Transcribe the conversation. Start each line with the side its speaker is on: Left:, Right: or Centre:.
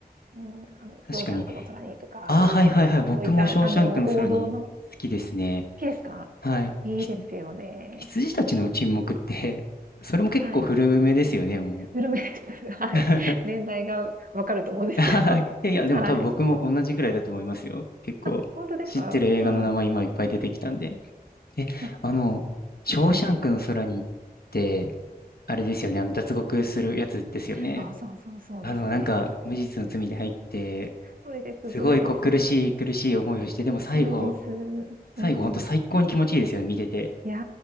Right: うん、あの、
Left: 確かに。
Right: ショーシャンクの虎にとか、
Left: ああ、
Right: グリーンマイルとか、
Left: はいはいはい。僕もショーシャンクの空に好きですね。
Right: そういった、あの、王道の好きですか？
Left: はい。
Right: いいですよね。
Left: ひ羊たちの沈黙って、
Right: うん。
Left: それも結構古めですよね、
Right: はい。
Left: もう。
Right: グルメです。はい。
Left: <laughs>
Right: 年代が分かると思うんですけど。
Left: はいいやいや、でも多分僕も同じぐらいだと思いますよ。
Right: はい。
Left: 結構、
Right: あ、ほんとですか？
Left: 知ってる映画の名前今いっぱい出てきたんで。
Right: はい。
Left: え、
Right: あ、
Left: あの、ショーシャンクの空に行って、
Right: はい。
Left: あれですよね、あの、脱獄するやつですよね。
Right: あそうそうそうですね。
Left: あの、なんか、無実の罪で入って、
Right: それですそれです。
Left: すごいこう苦しい苦しい思いをして、でも最後、
Right: それです。うん。
Left: 最後本当最高に気持ちいいですよね、見てて。
Right: いや、